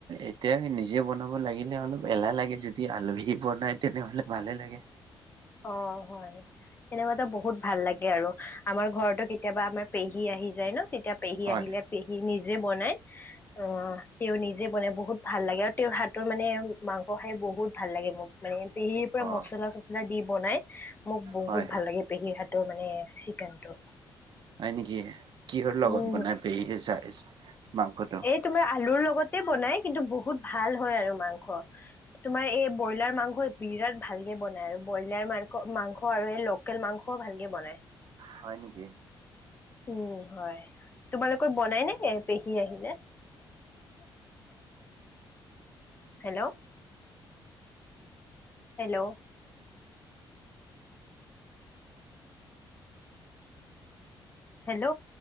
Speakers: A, on the right (about 55°); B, on the left (about 20°).
A: এতিয়া নিজে বনাব লাগিলে অলপ এলাহ লাগে যদি আলহী বনাই তেনেহলে ভালে লাগে।
B: অ হয় সেনেকুৱাতো বহুত ভাল লাগে আৰু আমাৰ ঘৰতো কেতিয়াবা আমাৰ পেহী আহি যায় ন তেতিয়া পেহী
A: হয়
B: আহিলে পেহী নিজে বনাই অ তেওঁ নিজে বনাই বহুত ভাল লাগে আৰু তেওঁৰ হাতৰ মানে মাংস খাই বহুত ভাল লাগে মোক মানে পেহীৰ পৰা
A: অ
B: মচলা চচলা চচলা দি বনাই মোৰ বহুত
A: হয়
B: ভাল লাগে পেহী হাতৰ মানে চিকেনটো
A: হয় নেকি কিহৰ লগত
B: উম
A: বনাই পেহী চাইচ মাংসটো
B: ত তোমাৰ আলুৰ লগতে বনাই কিন্তু বহুত ভাল হয় আৰু মাংস তোমাৰ এই ব্ৰইলাৰ মাংসই বিৰাট ভালকে বনাই আৰু ব্ৰইলাৰ মাংস মাংস আৰু এই লোকেল মাংসও ভালকে বনাই
A: হয় নেকি
B: উম হয় তোমালোকৰ বনাই নে এ পেহী আহিলে <unintelligible> হেল্ল হেল্ল হেল্ল